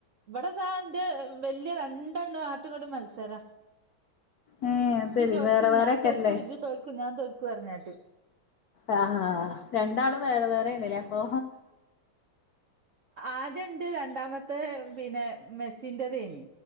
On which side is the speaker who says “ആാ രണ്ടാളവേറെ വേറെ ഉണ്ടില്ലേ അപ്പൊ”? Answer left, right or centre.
Left